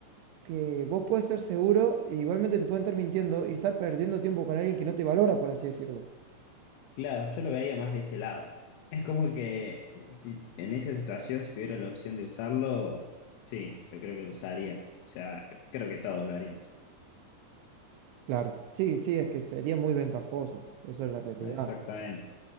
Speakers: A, on the right; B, on the left.
A: que vos puedes ser seguro e igualmente te pueden estar mintiendo y estar perdiendo tiempo con alguien que no te valora, por así decirlo.
B: Claro, yo lo veía más de ese lado. Es como que si en esa situación, si tuviera la opción de usarlo, sí, yo creo que lo usaría. O sea, creo que todos lo haríamos.
A: Claro. Sí, sí, es que sería muy ventajoso. Eso es la realidad.
B: Exactamente.